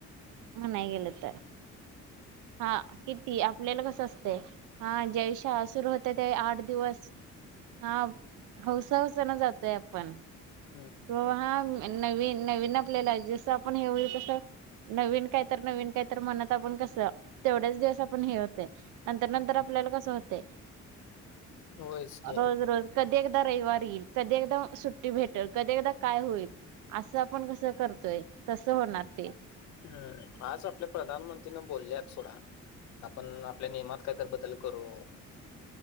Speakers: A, on the right; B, on the left.
A: म्हणाय गेलं तर हा किती आपल्याला कसं असतंय हा ज्याश सुरू होते त्यावेळी आठ दिवस हा हौसा हौसान जातोय आपण
B: हा
A: हो हा नवीन, नवीन आपलेला जसं आपण हे हो तसं नवीन काय तर, नवीन काय तर म्हनत आपण कसं तेवढ्याच दिवस आपण हे होतय नंतर, नंतर
B: हम्म.
A: आपल्याला कसं होतय
B: होयच की
A: रोज, रोज कधी एकदा रविवार येईल कधी एकदा सुट्टी भेटल कधी एकदा काय होईल असं आपण कसं करतोय तसं होणार ते
B: ह आज आपल्या प्रधानमंत्रीन बोलल्यात सोडा आपण आपल्या नियमात कायतर बदल करू